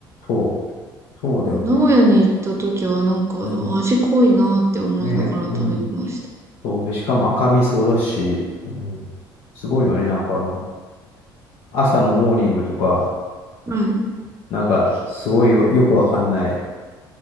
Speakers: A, on the left; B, on the right.
A: そう。そうだよね。
B: うん。名古屋に行った時はなんか、
A: うん。
B: あ味濃いなって思いながら食べてました。
A: ね、うん。そう。で、しかも赤味噌だし、うん。すごいよね、なんかあの、朝のモーニングとか、
B: はい。
A: なんか、すごいよ、よくわかんない。